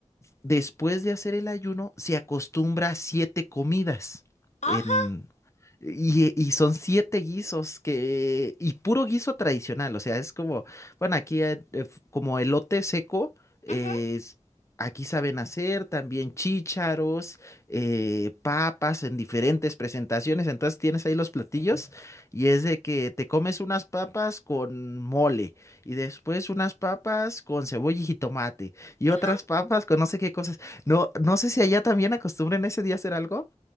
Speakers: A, on the left; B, on the left.
A: después de hacer el ayuno, se acostumbra a siete comidas
B: Ajá,
A: en, y, y, son siete guisos que, y puro guiso tradicional, o sea, es como, bueno, aquí eh, f- como elote seco, eh,
B: ujú.
A: es- aquí saben hacer también chícharos, eh, papas en diferentes presentaciones, entonces tienes ahí los platillos y es de que te comes unas papas con mole y después unas papas con cebolla y jitomate y
B: ajá.
A: otras papas con no sé qué cosas. No, no sé si allá también acostumbren ese día a hacer algo.